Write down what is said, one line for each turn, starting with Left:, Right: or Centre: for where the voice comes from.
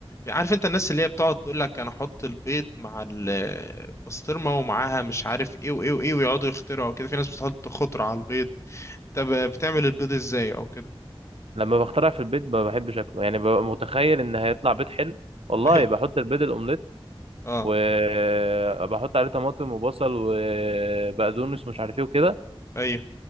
Left: عارف انت الناس اللي هي بتقعد تقول لك انا احط البيض مع البسطرمة ومعاها مش عارف ايه وايه وايه ويقعدوا يخترعوا وكده في ناس بتحط خضرة على البيض انت ب... بتعمل البيض ازاي او كده
Right: لما بخترع في البيت ما بحبش شكله يعني ببقى متخيل ان هيطلع بيت حلو والله
Left: <laughs>
Right: بحط البيض الاومليت
Left: اه
Right: وبحط عليه طماطم وبصل وبقدونس ومش عارف ايه وكده
Left: ايوه